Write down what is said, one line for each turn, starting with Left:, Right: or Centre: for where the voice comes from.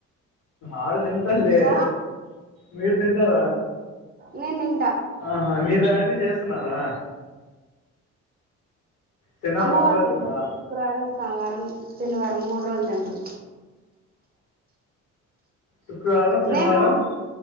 Left: ఆరు తిం తింటాడ్లె
Right: సో
Left: మీరు తింటార
Right: నేన్ తింటా
Left: ఆహ మీరు అవన్నీ చేస్తున్నారా శనివారం
Right: అమ్మ
Left: ఒకరోజు
Right: వాళ్ల దాంట్ల
Left: తినవా
Right: శుక్రవారం, సోమవారం, శనివారం మూడు రోజలు తింటం
Left: శుక్రవారం శనివారం
Right: నేను